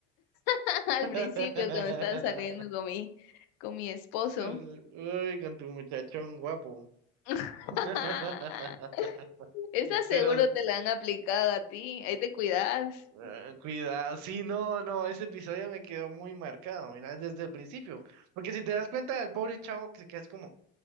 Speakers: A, on the left; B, on the right.
A: <laughs> Al
B: <laughs>
A: principio, cuando estaba saliendo con mi, con mi esposo.
B: Uy, con tu muchachón guapo.
A: <laughs>
B: <laughs>
A: Esa seguro
B: Pero
A: te la han aplicado a ti. Ahí te cuidas.
B: eh, cuidado, sí, no, no, ese episodio me quedó muy marcado, mira, desde el principio. Porque si te das cuenta el pobre chavo que se queda así como,